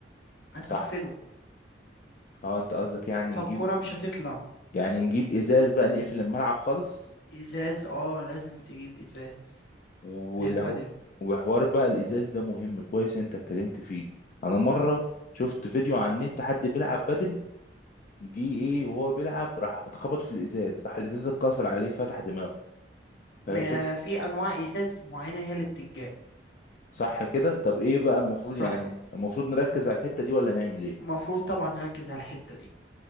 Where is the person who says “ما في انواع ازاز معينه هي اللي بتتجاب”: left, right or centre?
Left